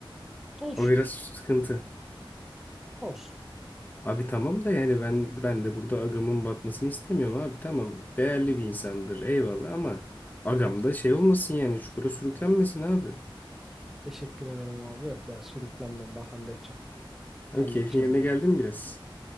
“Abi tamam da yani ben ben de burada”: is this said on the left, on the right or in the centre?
Left